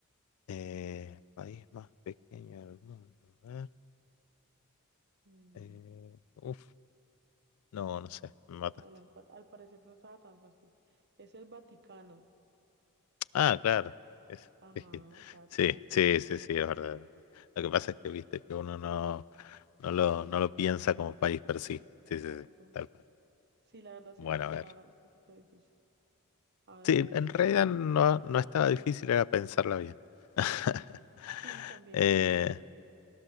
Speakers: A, on the left; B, on the right.
A: Eh, país más pequeño del mundo. A ver.
B: Mm,
A: eh, uf, no, no sé, me mataste.
B: Bueno, al, pa- al parecer no estaba tan fácil. Es el Vaticano.
A: Ah, claro. es-
B: Ajá,
A: <laughs>
B: exacto.
A: Sí, sí, sí, sí, es verdad. es verdad. Lo que pasa es que viste que uno no, no lo, no lo piensa como país per sí. Sí,
B: Exacto.
A: sí, sí, tal cual.
B: Sí, la verdad sí,
A: Bueno,
B: sí
A: a
B: estaba
A: ver.
B: un poquito difícil. Ahora
A: Sí,
B: a ver una
A: en
B: toma.
A: realidad no, no estaba difícil, era pensarla bien. <laughs>
B: Sí, también.
A: Eh,